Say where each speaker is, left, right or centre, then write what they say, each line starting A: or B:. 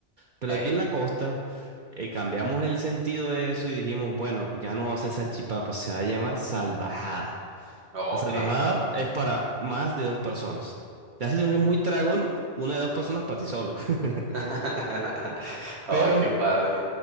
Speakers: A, on the right; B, on the right.
A: Pero
B: Ey,
A: aquí en la costa eh, cambiamos el sentido de eso y dijimos, bueno, ya no va a ser salchipapa, se va a llamar salvajada.
B: ok.
A: La salvajada es para más de dos personas. La situación es muy tragón, una de dos personas para ti solo. <laughs>
B: <laughs> Ay,
A: Pero
B: qué padre.